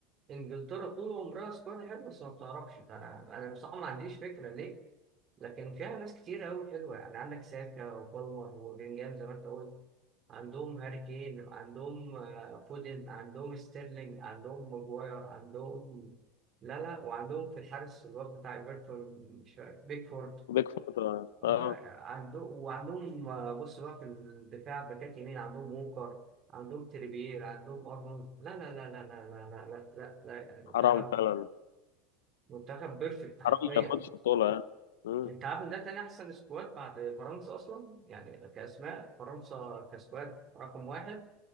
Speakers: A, on the right (about 35°); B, on the left (about 65°).
A: انجلترا طول عمرها سكواد حلو بس ما بتعرفش فانا انا بصراحه ما عنديش فكره ليه لكن فيها ناس كتير أوي حلوة يعني عندك ساكا وبالمر وبلينجهام زي ما أنت قلت عندهم هاري كين عندهم آه، فودن عندهم ستيرلينج عندهم ماجواير عندهم لا لا وعندهم في الحارس الواد بتاع ايفرتون مش فاكر بيكفورد
B: بيك فوت اه
A: اه
B: آه،
A: عندهم وعندهم آه، بص بقى في الدفاع باكات يمين عندهم ووكر عندهم تريبيير عندهم ارنولد لا لا لا لا لا لا لا لا لا, لا. يعني منتخب
B: حرام فعلا
A: منتخب بيرفكت حرفيا
B: حرام ما ياخدش بطولة يعني مم.
A: انت عارف ان ده تاني احسن سكواد بعد فرنسا اصلا يعني كاسماء فرنسا كسكواد رقم واحد